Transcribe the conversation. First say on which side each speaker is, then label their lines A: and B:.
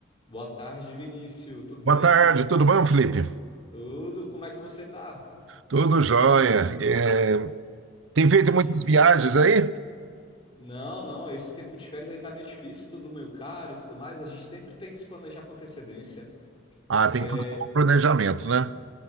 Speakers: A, on the left; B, on the right.
A: Boa tarde, Vinícius. Tudo
B: Boa
A: bem?
B: tarde, tudo bom, Felipe?
A: Tudo? Como é que você tá?
B: Tudo jóia. É, Tem feito
A: Hum,
B: muitas viagens aí?
A: não, não. Esse tempo de férias aí tá meio difícil, tudo meio caro e tudo mais. A gente sempre tem que se planejar com antecedência.
B: Ah, tem
A: É,
B: que fazer um bom planejamento, né?